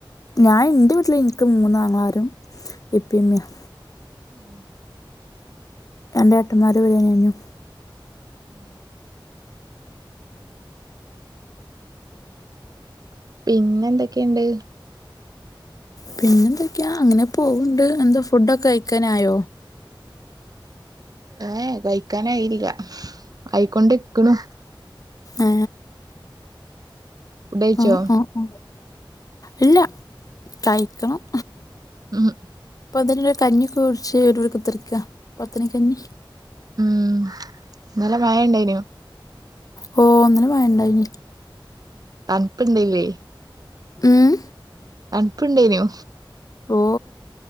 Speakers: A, on the left; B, on the right.
A: ഞാൻ എന്റെ വീട്ടില് എനിക്ക് മൂന്നാങ്ങളാരും ഇപ്പയും ഉമ്മയും
B: ഉം
A: രണ്ട് ഏട്ടമ്മാര് വര <unintelligible>
B: ഉം പിന്നെ എന്തൊക്കെയുണ്ട്
A: പിന്നെന്തൊക്കെയാ അങ്ങനെ പോവണ്ട് എന്താ ഫുഡൊക്കെ കഴിക്കാനായോ
B: ഏ ഏഹ് കഴിക്കാനായില്ല ആയിക്കൊണ്ടിരിക്ക്ണു
A: ഏ
B: ഫുഡ് കഴിച്ചോ
A: ആ ആ ആ ഇല്ല കഴിക്കണം
B: ഉം
A: പൊതല്ല കഞ്ഞി ക്കെ കുടിച്ച് <unintelligible> പത്തനിക്കഞ്ഞി
B: ഉം നല്ല മഴ ഇണ്ടായിനോ
A: ഓ ഒന്നിനും മഴ ണ്ടായിനിം
B: തണുപ്പ്ണ്ടല്ലേ
A: ഉം
B: തണപ്പ ഇണ്ടേനോ?
A: ഓ